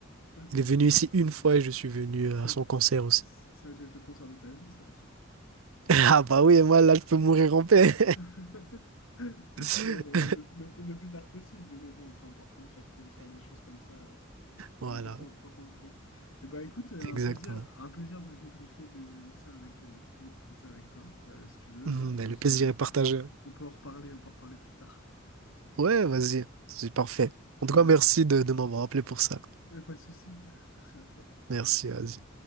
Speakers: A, on the left; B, on the right.
A: Là, t'as
B: Il est
A: dû,
B: venu ici une fois et je suis venu
A: ça,
B: euh, à son concert aussi.
A: ça a dû être le concert de ta vie, ça.
B: <laughs> Ah bah oui, et moi là, je peux mourir en paix.
A: <laughs>
B: <laughs>
A: Bon, bah, le, le- le plus, le plus tard possible, mais bon, c'est important de faire, ce- de faire des choses comme ça. euh,
B: Voilà,
A: tant tant qu'on tant qu'on le peut. Eh ben, écoute, euh,
B: exactement.
A: un plaisir, un plaisir de débriefer de, de ça avec, euh, de débriefer de ça avec toi. Euh, si tu veux,
B: Mm,
A: on peut
B: Mais le
A: se,
B: plaisir est partagé.
A: on peut en reparler, on peut en reparler plus tard.
B: Ouais, vas-y. C'est parfait.
A: <laughs> Trop
B: En tout cas,
A: bien.
B: merci de, de m'avoir appelé pour ça.
A: Ouais, Pas de souci. <laughs> Merci à toi.
B: Merci, vas-y.